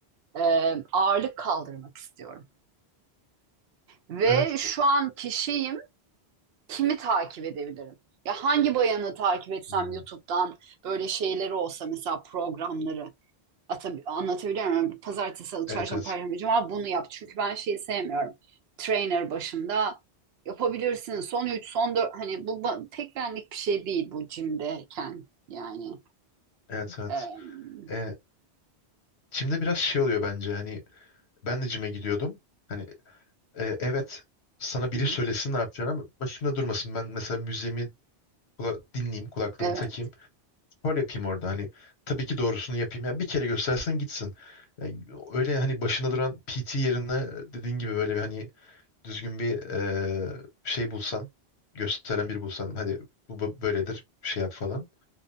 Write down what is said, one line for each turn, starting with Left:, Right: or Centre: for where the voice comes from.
Right: E, ağırlık kaldırmak istiyorum. Ve
Left: Evet.
Right: şu an kişiyim. kimi takip edebilirim? Ya hangi bayanı takip etsem
Left: Hmm,
Right: YouTube'dan böyle şeyleri olsa mesela programları atab- anlatabiliyor muyum? Pazartesi, salı, çarşamba,
Left: Evet evet.
Right: perşembe, cuma bunu yap. Çünkü ben şeyi sevmiyorum. Trainer başında yapabilirsin. Son 3 son 4 hani bu ba- pek benlik bir şey değil bu jimdeyken yani.
Left: Evet evet.
Right: Em,
Left: Ee, Çim'de biraz şey oluyor bence. Hani ben de cime gidiyordum. Hani E, evet sana biri
Right: hı hı.
Left: söylesin ne yapacağını ama başımda durmasın. Ben mesela müziğimi kula- dinleyeyim, kulaklığımı
Right: Evet.
Left: takayım. Spor yapayım orada. Hani tabii ki doğrusunu yapayım. Ya bir kere göstersen gitsin. Ya, öyle hani başında duran PT yerine e, dediğin gibi böyle bir hani düzgün bir e, şey bulsan, gösteren biri bulsan. Hadi bu, bu böyledir şey yap falan.